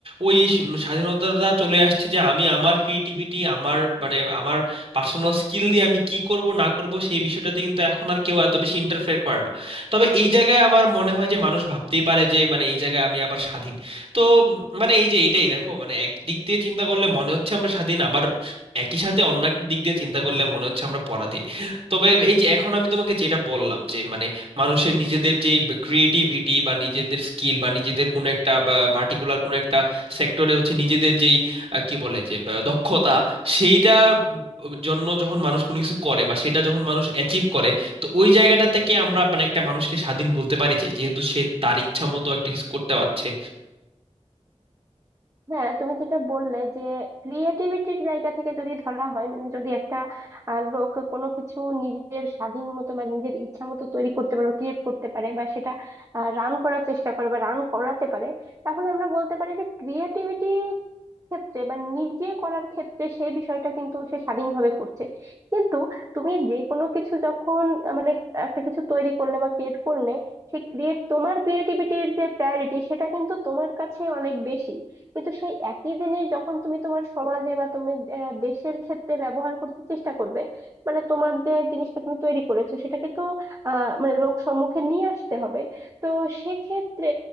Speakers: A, on the right; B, on the right.
A: ওই স- স্বাধীনতাটা চলে আসছে যে আমি আমার ক্রিয়েটিভিটি আমার মানে আমার পার্সোনাল স্কিল দিয়ে আমি কি করব না করব সেই বিষয়টাতে কিন্তু এখন আর কেউ এত বেশি ইন্টারফেয়ার করে না তবে এই জায়গায় আমার মনে হয় যে মানুষ ভাবতেই পারে যে মানে এই জায়গায় আমি আবার স্বাধীন তো উম, মানে এই যে এইটাই দেখো মানে একদিক দিয়ে চিন্তা করলে মনে হচ্ছে আমরা স্বাধীন আবার একই সাথে অন্য একটা দিক দিয়ে চিন্তা করলে মনে হচ্ছে আমরা পরাধীন তবে এই যে এখন আমি তোমাকে যেটা বললাম যে মানে মানুষের নিজেদের যে ক্রিয়েটিভিটি বা নিজেদের স্কিল বা নিজেদের কোনো একটা বা পার্টিকুলার কোনো একটা সেক্টরে হচ্ছে নিজেদের যেই আহ, কি বলে যে বা দক্ষতা সেইটা উম, জন্য যখন মানুষ কোনো কিছু করে বা সেটা যখন মানুষ অ্যাচিভ করে তো ওই জায়গাটা থেকে আমরা মানে একটা মানুষকে স্বাধীন বলতে পারি যে যেহেতু সে তার ইচ্ছা মতো একটা কিছু করতে পারছে
B: হ্যাঁ তুমি যেটা বললে যে ক্রিয়েটিভিটির জায়গা থেকে যদি ধরা হয় মানে যদি একটা আহ, লোক কোনো কিছু নিজের স্বাধীন মতো বা নিজের ইচ্ছা মতো তৈরি করতে পারে ক্রিয়েট করতে পারে বা সেটা রান করার চেষ্টা করে বা রান করাতে পারে তাহলে আমরা বলতে পারি যে ক্রিয়েটিভিটি ক্ষেত্রে বা নিজে করার ক্ষেত্রে সেই বিষয়টা কিন্তু সে স্বাধীনভাবে করছে কিন্তু তুমি যে কোনো কিছু যখন আহ, মানে একটা কিছু তৈরি করলে বা ক্রিয়েট করলে সেই ক্রিয়েট তোমার ক্রিয়েটিভিটির যে প্রায়োরিটি সেটা কিন্তু তোমার কাছে অনেক বেশি কিন্তু সেই একই জিনিস যখন তুমি তোমার সমাজে বা তুমি আহ, দেশের ক্ষেত্রে ব্যবহার করতে চেষ্টা করবে মানে তোমার যে জিনিসটা তুমি তৈরি করেছো সেটাকে তো আহ মানে লোক সম্মুখে নিয়ে আসতে হবে তো সেক্ষেত্রে